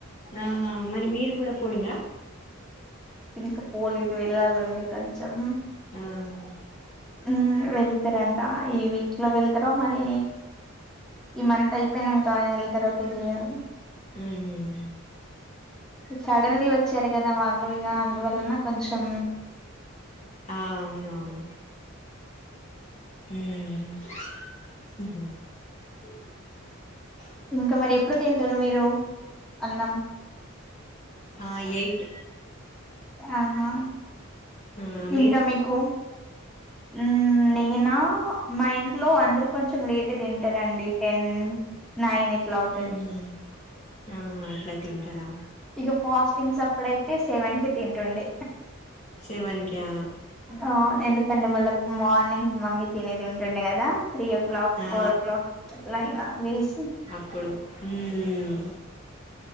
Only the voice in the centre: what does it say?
ఇం పోలిది వెళ్ళాలింది కొంచెం
ఉమ్ వెళ్తారంట ఈ వీక్లో వెళ్తారో మరి ఈమంత అయిపోయినాకా వెళ్తారో తెలియదు
సడన్లీ వచ్చి వాళ్ళు ఇగ అందువల్ లున్న కొంచం
ఇంకా మరి ఎప్పుడు తింటారు మీరు అన్నం
ఆహా
ఇంకా
మీకు ఉమ్ నై అయినా మా ఇంట్లో అందరు కొంచెం లేట్ తింటారండి టెన్ నైన్ ఇట్లా అవుతది
ఇక ఫాస్టింగ్స్ అప్పుడ అయితే సెవెన్ కి తింటుండడే
ఆ ఎందుకంటే మళ్ళా మార్నింగ్ మమ్మీ తినేది ఉం చండి <unintelligible> గదా త్రీ ఓ క్లాక్
ఫోర్ ఓ క్లాక్ అట్ల ఇగ లేసి